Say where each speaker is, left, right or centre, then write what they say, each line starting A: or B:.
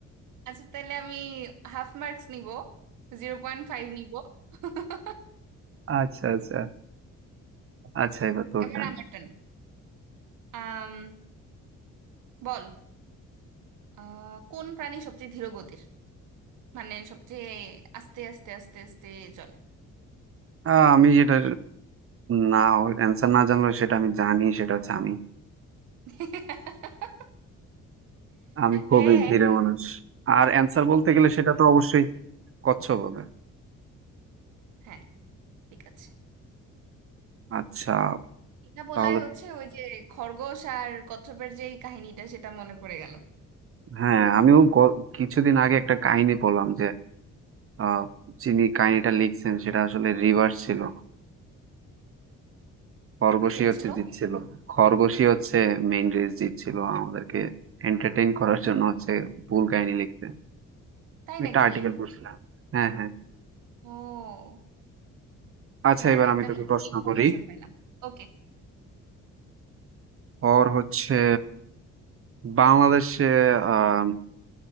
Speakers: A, on the right (about 85°); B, on the right (about 45°).
A: আচ্ছা তাহলে আমি হাফ মার্কস নিব জিরো পয়েন্ট ফাইভ নিব <laughs>
B: আচ্ছা আচ্ছা আচ্ছা এবার তোর
A: এবার
B: টাইম
A: আমার টার্ন আম, বল আহ, কোন প্রাণী সবচেয়ে ধীর গতির মানে সবচেয়ে আস্তে আস্তে আস্তে আস্তে চলে
B: আহ আমি যেটা না অ্যান্সার না জানলেও সেটা আমি জানি সেটা হচ্ছে আমি
A: <laughs>
B: আমি খুবই
A: হ্যাঁ
B: ধীরে মানুষ আর অ্যান্সার বলতে
A: হ্যাঁ
B: গেলে সেটা তো অবশ্যই কচ্ছপ হবে
A: হ্যাঁ ঠিক আছে
B: আচ্ছা
A: এটা বলাই
B: তাহলে
A: হচ্ছে ওই যে খরগোশ আর কচ্ছপের যে এই কাহিনীটা সেটা মনে পড়ে গেল
B: হ্যাঁ আমিও গ- কিছুদিন আগে একটা কাহিনী পড়লাম যে আহ, যিনি কাহিনীটা লিখছেন সেটা আসলে রিভার্স ছিল খরগোশই
A: কে
B: হচ্ছে
A: ছিল
B: জিতছিল খরগোশই হচ্ছে মেইন রেস জিতছিল আমাদেরকে এন্টারটেইন করার জন্য হচ্ছে ভুল কাহিনী লিখতে
A: তাই
B: আমি
A: নাকি
B: একটা আর্টিকেল পড়ছিলাম হ্যাঁ হ্যাঁ
A: ও
B: আচ্ছা
A: যাক
B: এবার
A: একটা
B: আমি তোকে
A: নতুন
B: প্রশ্ন
A: ইনফরমেশন
B: করি
A: পাইলাম ওকে
B: ওর হচ্ছে বাংলাদেশে আহ